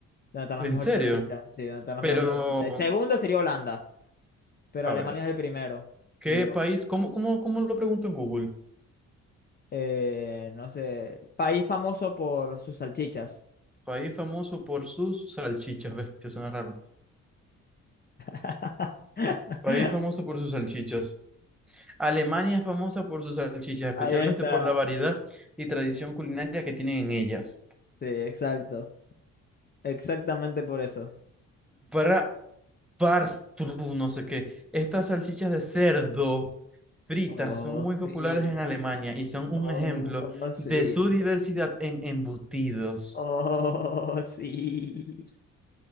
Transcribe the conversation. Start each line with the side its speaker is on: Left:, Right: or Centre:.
Left: Donde están las
Centre: ¿En
Left: mejores
Centre: serio?
Left: salchichas. Sí, donde están las
Centre: Pero,
Left: mejores salchichas. El segundo sería Holanda, pero
Centre: a
Left: Alemania
Centre: ver,
Left: es el primero.
Centre: ¿qué
Left: Y yo,
Centre: país? ¿Cómo, cómo, cómo lo pregunto en Google?
Left: eh, no sé, país famoso por sus salchichas.
Centre: País famoso por sus salchichas, bestia, suena raro.
Left: <laughs>
Centre: País famoso por sus salchichas. Alemania es famosa por sus salchichas, especialmente
Left: Ahí está.
Centre: por la variedad y tradición culinaria que tienen en ellas.
Left: Sí, exacto. Exactamente por eso.
Centre: Para Barstru, no sé qué. Estas salchichas de cerdo fritas
Left: Oh,
Centre: son muy
Left: sí.
Centre: populares en Alemania y son un
Left: Oh,
Centre: ejemplo
Left: sí.
Centre: de su diversidad en embutidos.
Left: Oh, <laughs> sí.